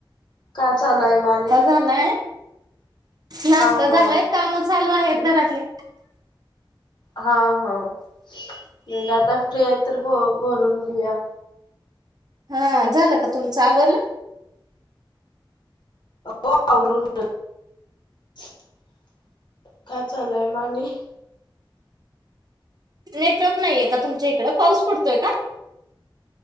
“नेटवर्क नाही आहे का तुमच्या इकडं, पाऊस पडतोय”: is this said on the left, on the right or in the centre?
Right